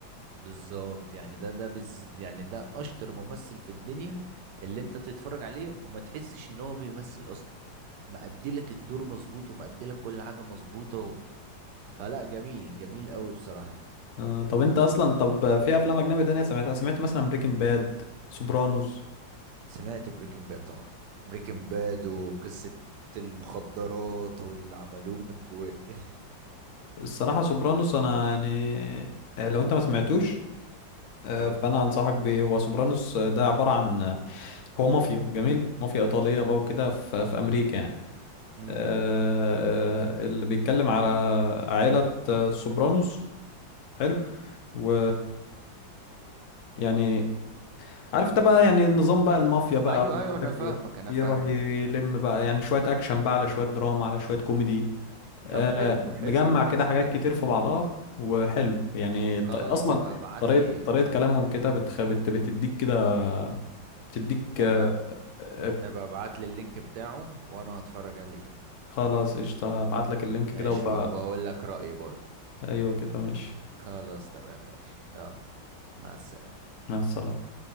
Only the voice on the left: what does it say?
آه. طب انت اصلا طب في افلام اجنبي تانية سمعتها سمعت مثلا بريكنج باد سوبرانوس
الصراحة سوبرانوس أنا يعني آه، لو أنت ما سمعتوش آه،
فأنا أنصحك بيه هو سوبرانوس آه، ده عبارة عن آه، هو مافيا جميل مافيا إيطالية بقى وكده في في أمريكا يعني
آه، اللي بيتكلم على عائلة آه، سوبرانوس حلو و يعني عارف أنت بقى يعني النظام بقى المافيا بقى
ومش
عارف
إيه.
يروح
يلم بقى يعني شوية أكشن بقى على شوية دراما على شوية كوميدي آه،
مجمع
كده حاجات
كتير في بعضها وحلو يعني الط-
اصلا
طريقة
طريقة
كلامهم كده بتخ... بت... بتديك كده بتديك
آه، آه،
خلاص قشطة هبعت لك اللينك
كده وب...
ايوه كده ماشي
مع السلامة